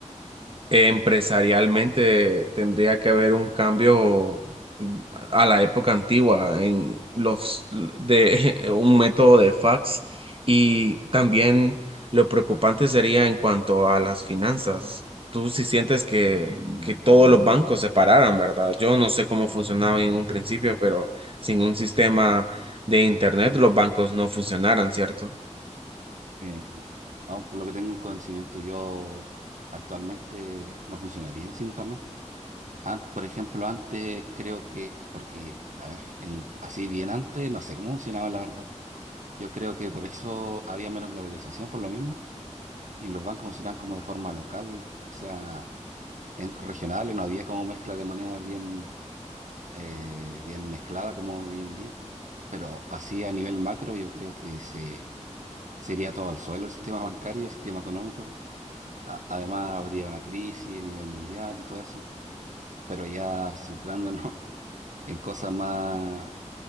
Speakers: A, on the right; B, on the right.
A: Empresarialmente tendría que haber un cambio a la época antigua en los de <laughs> un método de fax y también lo preocupante sería en cuanto a las finanzas. Tú si sientes que, que todos los bancos se pararan, ¿verdad? Yo no sé cómo funcionaba en un principio, pero sin un sistema de internet los bancos no funcionaran, ¿cierto?
B: Eh, aún por lo que tengo un conocimiento, yo actualmente no funcionaría sin internet. An- por ejemplo, antes creo que, porque, a ver, el- así bien antes, no sé cómo funcionaba la verdad. Yo creo que por eso había menos globalización, por lo mismo, y los bancos funcionaban como de forma local, o sea, en, regionales, no había como mezcla de moneda bien, eh, bien mezclada como hoy en día. Pero así a nivel macro, yo creo que se, se iría todo al suelo el sistema bancario, el sistema económico. A- además, habría una crisis a nivel mundial y todo eso. Pero ya centrándonos. en cosas más,